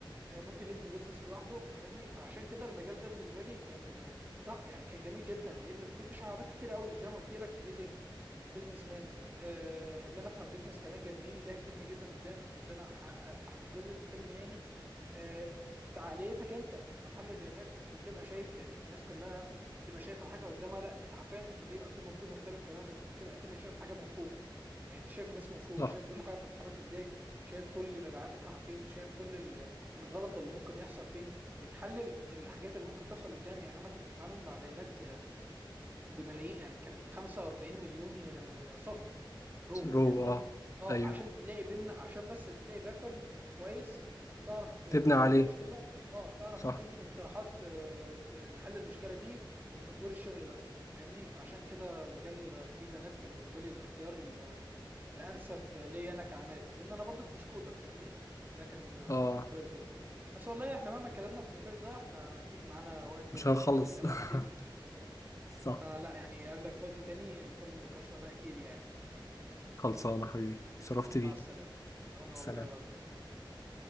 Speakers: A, on the right; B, on the left.
A: آه، ممكن يبني بيزنس لوحده فاهمني فعشان كده المجال ده بالنسبه لي كان لا يعني كان جميل جدا لانه في تشعبات كتير قوي زي ما قلت لك تريدنج بيزنس مان آه اللي انا افهم بيزنس كمان جنبيه ده هيفيدني جدا قدام اللي انا احقق جزء من حلمي يعني آه تعقليتك انت كمحلل بيانات انت بتبقى شايف يعني الناس كلها بتبقى شايفه الحاجه قدامها لا انت حرفيا انت بيبقى في منظور مختلف تماما انت بتبقى كأنك شايف الحاجه من فوق يعني انت شايف الناس من فوق
B: صح
A: شايف كل حاجه بتتحرك ازاي شايف كل مبيعاتك رايحه فين شايف كل ال- الغلط اللي ممكن يحصل فين بتحلل الحاجات اللي ممكن تحصل قدامي يعني انا كنت بتعامل مع بيانات آه، بملايين يعني كانت ب 45 مليون آه، صف رو
B: رو
A: فاهمني
B: اه
A: اه
B: ايوه
A: عشان تلاقي بين عشان بس تلاقي باترن كويس تعرف آه،
B: تبني
A: تحل
B: عليه
A: المشكله اه تعرف
B: صح
A: تبني اقتراحات آه، ت- لحل المشكله دي وتطوير الشغل ده فاهمني فعشان كده مجال تحليل البيانات كان بالنسبه لي الاختيار الانسب ليا انا كعماد لان انا برضك مش كودر فاهمني فده كان
B: اه
A: كان كويس جدا بس والله احنا مهما اتكلمنا في النقاش ده احنا اكيد معانا وقت يعني
B: مش هنخلص
A: وكلام
B: <laughs>
A: كتير جدا بالظبط
B: صح
A: فلا يعني قابلك في وقت تاني نكمل نقاشنا ده اكيد يعني
B: خلصانة حبيبي
A: خلاص
B: شرفت
A: مع
B: بيك
A: السلامه انا
B: سلام
A: والله يا قطر سلام